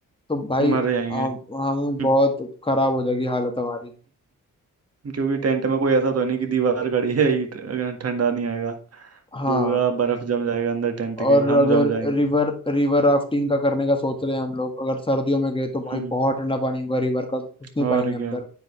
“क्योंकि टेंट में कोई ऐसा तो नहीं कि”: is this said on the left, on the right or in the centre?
Right